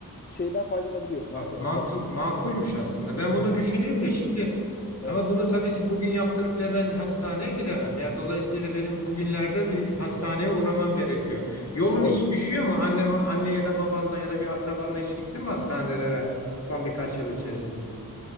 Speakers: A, on the left (about 30°); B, on the left (about 45°).
A: şeyden faydalanabiliyorsun.
B: Bak
A: Her sene
B: mantık
A: para ödeyip-
B: makulmüş aslında. Ben bunu düşüneyim de şimdi
A: Evet,
B: ama bunu tabii ki bugün yaptırıp da hemen hastaneye gidemem. Yani dolayısıyla benim bugünlerde bir hastaneye uğramam gerekiyor. Yolun
A: evet.
B: hiç düşüyor mu? Anne anne ya da babanda ya da bir akrabanda hiç gittin mi hastanelere son birkaç yıl içerisinde?